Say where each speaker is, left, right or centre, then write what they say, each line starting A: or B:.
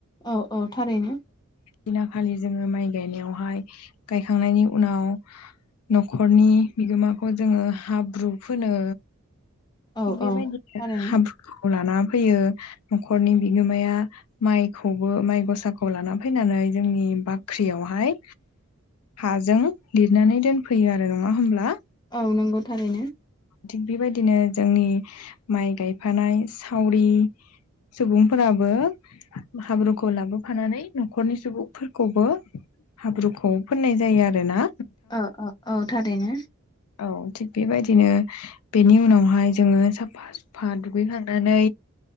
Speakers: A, on the left (about 20°); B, on the left (about 80°).
A: औ औ थारैनो।
B: दिना खालि जोङो माइ गायनायावहाय गायखांनायनि उनाव नख' खरनि बिगोमाखौ जोङो हाब्रु फोनो
A: औ
B: थिग बेबायदि
A: औ थारैनो
B: हाब्रु लाना फैयो न'खरनि बिगोमाया माइखौबो माइ गसाखौ लाना फैनानै जोंनि बाख्रियावहाय हाजों लिरनानै दोनफैयो आरो नङा होमब्ला?
A: औ नंगौ थारैनो।
B: थिग बेबायदिनो जोंनि माइ गायफानाय सावरि सुबुंफोराबो हाब्रुखौ लाबोफानानै न'खरनि सुबुंफोरखौबो हाब्रुखौ फोननाय जायो आरो ना
A: औ औ औ थारैनो
B: औ थिग बेबायदिनो बेनि उनावहाय जोङो साफा सुफा दुगैखांनानै